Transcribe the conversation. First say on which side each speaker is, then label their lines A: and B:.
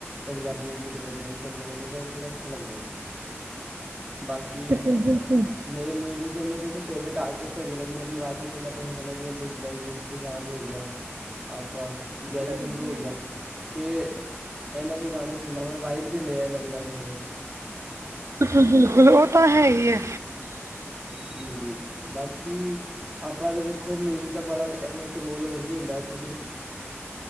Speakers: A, on the right (about 20°); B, on the right (about 85°).
A: ਪੰਜਾਬੀ ਗੀਤ। ਵੱਜਦੇ ਨੇ ਚੰਗੇ - ਚੰਗੇ ਤੇ ਫਿਰ ਅੱਛਾ ਲੱਗਦਾ ਈ ਏ ਬਾਕੀ।
B: ਬਿਲਕੁਲ-ਬਿਲਕੁਲ। ਹਾਂਜੀ,
A: ਮੇਰੇ ਮਿਊਜ਼ਿਕ ਅੰਦਰ ਦੇਖੋ ਫੇਵਰੇਟ ਆਰਟਿਸਟ ਹੈਗੇ ਨੇ, ਜਿਨ੍ਹਾਂ ਦੀ ਆਵਾਜ਼ ਮੈਂ ਸੁਣਨਾ ਪਸੰਦ ਕਰਦਾ ਜਿਵੇ ਦਲਜੀਤ ਦੁਸਾਂਝ ਹੋ ਗਿਆ ਆ ਟਾ। ਗੈਰੀ
B: ਹਾਂਜੀ
A: ਸੰਧੂ ਹੋ ਗਿਆ, ਤੇ ਇਹਨਾਂ ਦੇ ਗਾਣੇ। ਸੁਨਾ ਤਾਂ ਵਾਈਬ ਦਿੰਦੇ ਆ ਇਹਨਾਂ ਦੇ ਗਾਣੇ ਬੜੇ।
B: ਬਿਲਕੁ ਬਿਲਕੁਲ ਉਹ ਤਾਂ ਹੈ ਈ ਐ।
A: ਜੀ ਜੀ, ਬਾਕੀ। ਆਪਾਂ ਤਾਂ ਵੇਖੋ ਮਿਊਜ਼ਿਕ ਦਾ ਬੜਾ, ਐਵੇਂ ਇੱਕ ਰੋਲ ਹੋਰ ਵੀ ਹੁੰਦੈ ਤੁਸੀਂ।